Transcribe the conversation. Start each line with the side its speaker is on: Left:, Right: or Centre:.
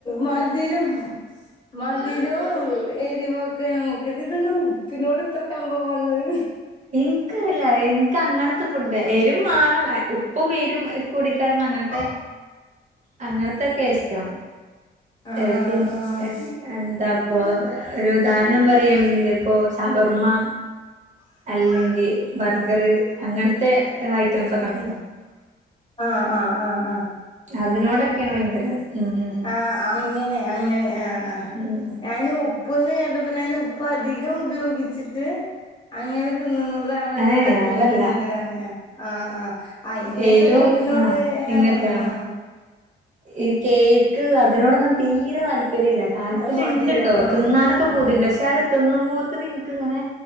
Left: മധുരം മധുരോം എരിവോക്കെ നമുക്കത് ഇതെന്താ ഉപ്പിനോട് ഇത്ര കമ്പം വന്നത്
Right: ഇന്ക്കറില്ല എനിക്ക് അങ്ങനത്തെ ഫുഡ് എരും വേണം ഉപ്പും എരും കൂടിക്കലർന്ന അങ്ങനത്തെ
Left: ആ
Right: അങ്ങനത്തൊക്കെ ഇഷ്ടം
Left: ആഹ്
Right: ഏ പിന്ന
Left: ആഹ്
Right: ഏ എന്താപ്പൊ ഒരു ഉദാഹരണം പറയയാണെങ്കിൽ പ്പൊ ഷവർമ്മ അല്ലെങ്കിൽ ബർഗർ അങ്ങനത്തെ ഐറ്റംസ് ഒക്കെ ഉണ്ടല്ലോ
Left: ആ ആ ആ ആ
Right: അതിനോടൊക്കെയാണ് ഭയങ്കര ഉം
Left: ആ അങ്ങനെ അങ്ങനെ ആ ആ
Right: ഉം
Left: ഞാൻ ഉപ്പ് ഉപ്പന്ന് കേട്ടപ്പോ ഞാൻ ഉപ്പ് അധികം ഉപയോഗിച്ചിട്ട് അങ്ങനെ തിന്നുന്നതണെന്നത്
Right: ഏ
Left: <unintelligible>
Right: അതല്ല
Left: എ ആ ആ ആ ഇങ്ങനത്തെ
Right: ഏ ഏറ്റവും
Left: ഫുഡിനോട്
Right: ആ ഇങ്ങോട്ട്
Left: അങ്ങനെ
Right: ആ
Left: അ
Right: ഈ കേക്ക് അതിനോടൊന്നും തീരെ താല്പര്യ ഇല്ല. താല്പര്യം
Left: അത് മധുരം
Right: ണ്ട് ട്ടോ
Left: ആഹ്
Right: തിന്നാനൊക്കെ പൂതിണ്ട്
Left: ആഹ്
Right: പക്ഷെ അഹ് തിന്നുമ്പോത്ത് ന് ഇന്ക്ക് ഇങ്ങനെ